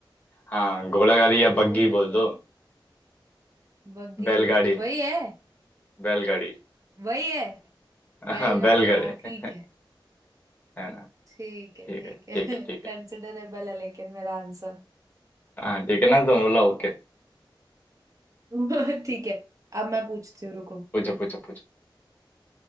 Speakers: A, on the left (about 20°); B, on the right (about 40°).
A: हाँ घोड़ा गाड़ी या
B: तो दो
A: बग्घी
B: होता है
A: बोल
B: क्या
A: दो
B: बग्गी
A: बैलगाड़ी
B: वही है
A: बैलगाड़ी
B: वही है
A: हाँ
B: बैलगाड़ी
A: बैलगाड़ी
B: हाँ ठीक है
A: है ना
B: ठीक है
A: ठीक
B: ठीक
A: है
B: है
A: ठीक है
B: <laughs>
A: ठीक
B: कंसिडरेबल
A: है
B: है लेकिन मेरा आंसर
A: हाँ ठीक है ना तो बोला ओके
B: <laughs> ठीक है अब मैं पूछती हूँ रुको
A: पूछो पूछो पूछो